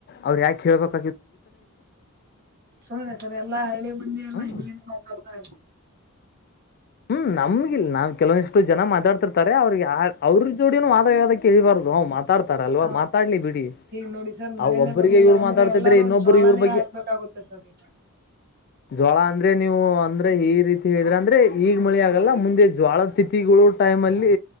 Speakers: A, on the left (about 45°); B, on the right (about 45°).
A: ಅವ್ರ ಯಾಕೆ ಹೇಳ್ಬೇಕ
B: ಸುಮ್ನೆ ಸರಿ ಎಲ್ಲಾ ಹಳ್ಳಿ ಮಂದಿ ಎಲ್ಲಾ
A: ಹ್ಞೂ
B: ಹಂಗತ. <inaudible>
A: <inaudible> ನಮ್ಗ ಇಲ್ಲ ನಾವ್ ಕೆವೊಂದಷ್ಟ ಜನಾ ಮಾತಾಡ್ತಿರ್ತಾರೆ ಅವ್ರಿಗೆ ಅವ್ರ ಜೋಡಿನನು ವಾದವಾದ ಕೇಳಿಬಾರದು ಅವ್ ಮಾತಾಡ್ತ ತಾರ ಅಲ್ವಾ
B: ಹೌದು
A: ಮಾತಾಡ್ಲಿ ಬಿಡಿ.
B: ಈಗ ನೋಡಿ ಸರ್
A: ಆ
B: ಮಳೆನೇ
A: ಒಬ್ಬರಿಗೆ
B: ಬರ್ಲಿಲ್ಲ
A: ಇವ್ರು
B: ಅಂದ್ರೆ
A: ಮಾತಾಡ್ತಿದ್ರೆ
B: ಎಲ್ಲಾರೂ
A: ಇನ್ನೊಬ್ಬರು
B: ಜೋಳಾನೇ
A: ಇವ್ರ ಬಗ್ಗೆ
B: ಹಾಕ್ಬೇಕಾಗುತ್ತೆ ಸರ್ ಈಗ.
A: ಜ್ವಾಳ ಅಂದ್ರೆ ನೀವು ಅಂದ್ರೆ ಈ ರೀತಿ ಹೇಳಿದ್ರ ಅಂದ್ರೆ ಈಗ್ ಮಳಿ ಆಗಲ್ಲ ಮುಂದೆ ಜ್ವಾಳದ ತಿಥಿಗಳು. ಟೈಮ ಅಲ್ಲಿ